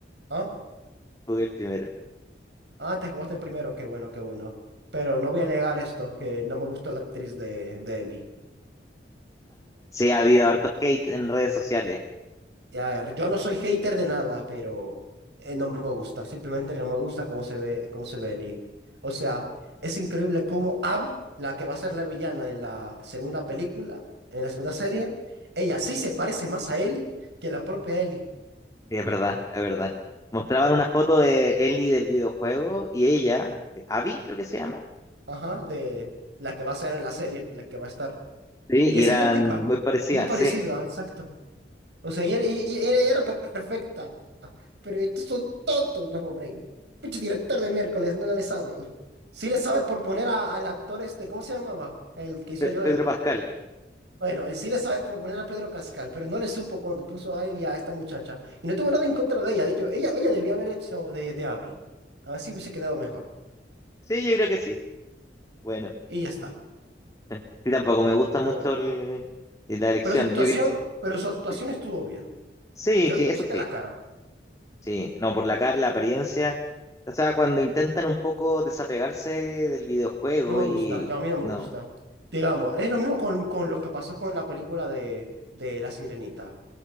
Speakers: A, on the right; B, on the left.
A: ¿ah?
B: jugué el primero.
A: Ah, te jugaste el primero, qué bueno, qué bueno. Pero no voy a negar esto, que no me gustó la actriz de, de Ellie.
B: Sí, ha habido harto hate en redes sociales.
A: A ver, yo no soy hater de nada, pero eh, no me gusta. Simplemente no me gusta cómo se ve, cómo se ve Ellie. O sea, es increíble cómo Abby, la que va a ser la villana en la segunda película, en la segunda serie, ella sí se parece más a Ellie que la propia Ellie.
B: Sí, es verdad, es verdad. Mostraban una foto de Ellie del videojuego y ella, eh, Abby creo que se llama.
A: Ajá, de la que va a ser en la serie, en la que va a estar.
B: Sí,
A: Y
B: y
A: es
B: eran
A: idéntica,
B: muy parecidas,
A: muy parecida,
B: sí.
A: exacto. O sea, ella, ella- ella- ella era perfecta, pero estos son tontos los hombres. Pinche director de miércoles, no, no le sabe. Sí le sabe por poner a- al actor este, ¿cómo se llamaba? El que hizo
B: Pe-
A: a Joel.
B: Pedro Pascal.
A: Bueno, él sí le sabe por poner a Pedro Cascal, pero no le supo cuando puso a él y a esta muchacha. Y no tuvo nada en contra de ella, de hecho, ella, ella debía haber hecho de, de Abby. A ver si hubiese quedado mejor.
B: Sí, yo creo que sí. Bueno,
A: Y ya está.
B: eh, sí, tampoco me gusta
A: Pero
B: mucho
A: bueno.
B: el- eh, la elección.
A: Pero su actuación,
B: Yo, cre-
A: pero su actuación
B: eh,
A: estuvo bien.
B: sí,
A: Yo
B: sí,
A: digo,
B: eso
A: es de
B: sí.
A: la cara.
B: Sí, no, por la cara, la apariencia. O sea, cuando intentan un poco desapegarse del videojuego
A: No me
B: y...
A: gusta, yo a mí no me
B: No,
A: gusta. Digamos, es lo mismo con, con lo que pasó con la película de, de La Sirenita.